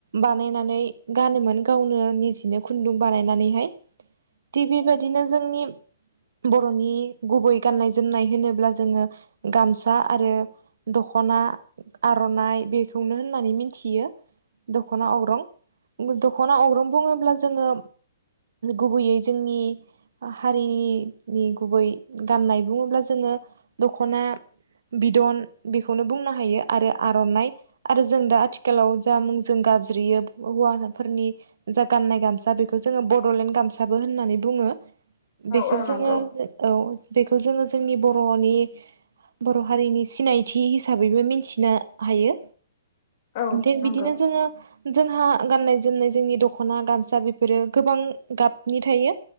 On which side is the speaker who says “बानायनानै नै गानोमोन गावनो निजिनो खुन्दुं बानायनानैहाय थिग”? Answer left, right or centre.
Right